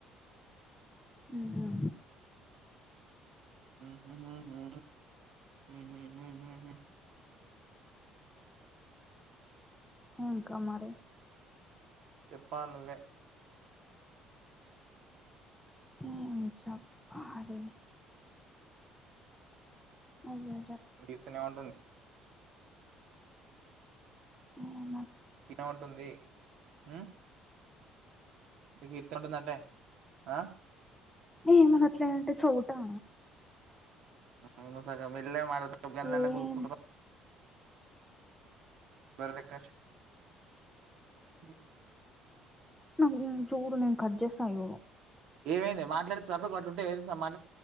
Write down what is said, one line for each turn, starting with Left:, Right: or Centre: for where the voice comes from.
Centre: ఉహు
Right: ఉహు హు హు హు హు హు హ్మ్
Centre: ఇంకా మరి
Right: చెప్పాలి నువ్వే
Centre: ఏం చెప్పాలి అబే
Right: కీర్తన ఎమ్ అంటుంది
Centre: ఆ
Right: ఎమ్ అంటుంది హు మి కీర్తత్ అంటుంది అంటే ఆ
Centre: ఏ మనట్లే అంటే చెవుటా
Right: <inaudible> నువ్వు సగం మెల్లగా మాట్ గాళ్ళల్లే
Centre: ఏం
Right: గులుకుంటున్నావ్ బర్లెలెక్క అర్సు హ
Centre: నం జోడు నిం కట్ చేస్తా ఇగో
Right: ఏమైందే మాట్లాడితే చెప్ప అట్లుంటే ఏ మా